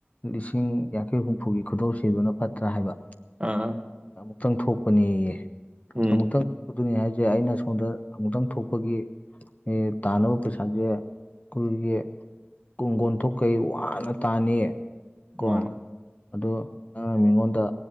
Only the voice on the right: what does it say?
ꯑꯥ
ꯎꯝ
ꯃꯥꯅꯦ